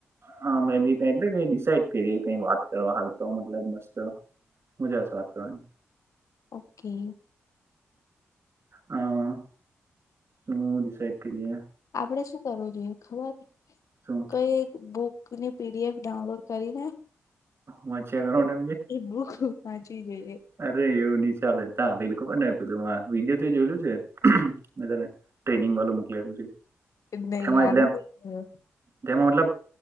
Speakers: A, on the right; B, on the left.
A: હા મે બી કઈ એટલે ડિસડ કરી કઈ વાત કરવા હાલ તો મતલબ મસ્ત મજા આવશે વાત કરવાની.
B: ઓકે.
A: હા શુંિસઇડ કરીએ.
B: આપડે શું કરવું જોઈએ ખબર
A: સો.
B: કઈ બુકની પીડીએફ ડાઉનલોડ કરી ને
A: હુંચ્યા કરનેમ
B: એ બહુ ખ વાંચી ગઈ.
A: અરે એવું ની ચાલે તા <unintelligible> વિડીયો તે જોયલું છે. મેં તને ટ્રેનિંગ વાલુ મોકલાયેલું છે.
B: નઈ
A: તેમાં
B: આનું
A: એટલે
B: નઇ <unintelligible>
A: તેમાં મતલબ